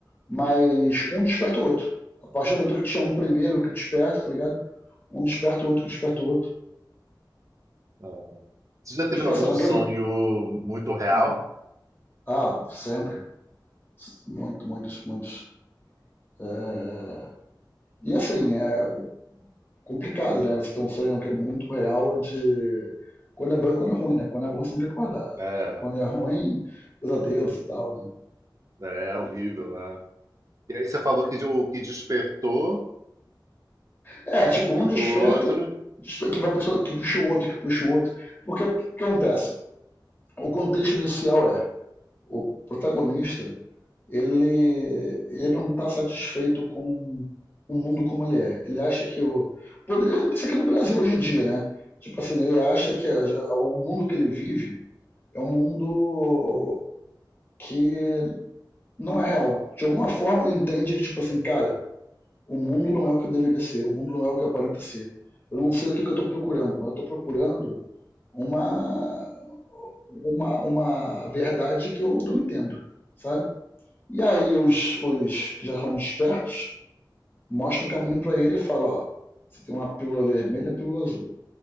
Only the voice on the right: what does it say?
ah. Você já teve
algum
sonho muito real?
É, é
é, é horrível, né? E aí você falou que o que despertou,
desperta
o outro.